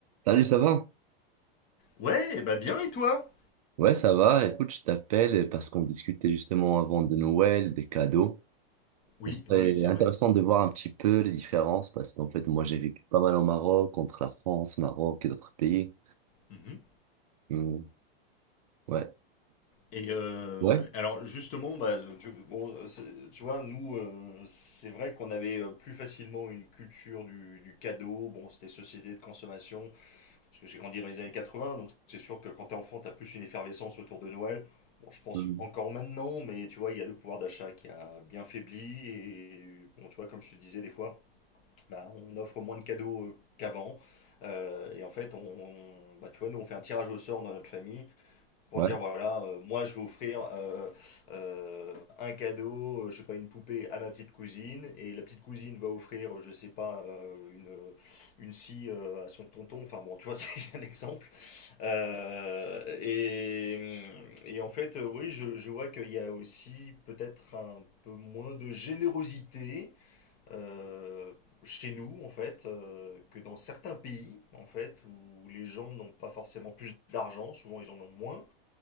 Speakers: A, on the right; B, on the left.
A: Salut, ça va?
B: Ouais, bah bien et toi
A: Ouais, ça va. Écoute, je t'appelle parce qu'on discutait justement avant de Noël, des cadeaux.
B: Oui,
A: Ce serait
B: oui, oui, c'est
A: intéressant
B: vrai.
A: de voir un petit peu les différences parce qu'en fait, moi, j'ai vécu pas mal au Maroc, entre la France, Maroc et d'autres pays.
B: Mhm.
A: Hmm, Ouais.
B: Et euh,
A: Ouais.
B: alors justement, bah, tu, bon, c'est- tu vois, nous, euh, c'est vrai qu'on avait euh, plus facilement une culture du, du cadeau. Bon, c'était société de consommation, parce que j'ai grandi dans les années 80, donc c'est sûr que quand t'es enfant, t'as plus une effervescence autour de Noël. Bon, je pense
A: hmm,
B: encore maintenant, mais tu vois, il y a le pouvoir d'achat qui a bien faibli. Et bon, tu vois, comme je te disais des fois, bah, on offre moins de cadeaux euh, qu'avant. Euh, et en fait, on, on- bah, tu vois, nous, on fait un tirage au sort dans notre famille pour
A: Ouais.
B: dire, voilà, euh, moi, je vais offrir euh, euh, un cadeau, euh, je sais pas, une poupée à ma petite cousine. Et la petite cousine va offrir, euh, je sais pas, euh, une, euh, une scie euh, à son tonton. Enfin bon, tu vois, <laughs> c'est un exemple. Euh, et, et en fait, euh, oui, je, je vois qu'il y a aussi peut-être un peu moins de générosité euh, chez nous, en fait, euh, que dans certains pays, en fait, où les gens n'ont pas forcément plus d'argent, souvent ils en ont moins,